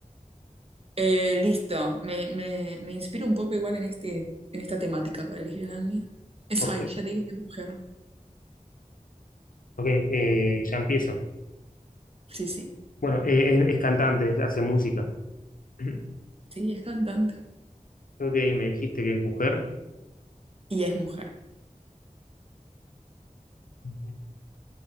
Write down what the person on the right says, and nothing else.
eh, listo, me, me, me inspiro un poco igual en este, en esta temática para elegir la mía. Es
ahí, ya te dije que es mujer.
Sí, sí,
sí, es cantante.
Y es mujer.